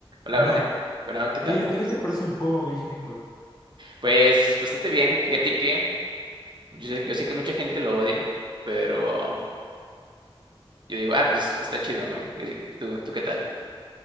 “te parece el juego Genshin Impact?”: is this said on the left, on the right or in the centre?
Left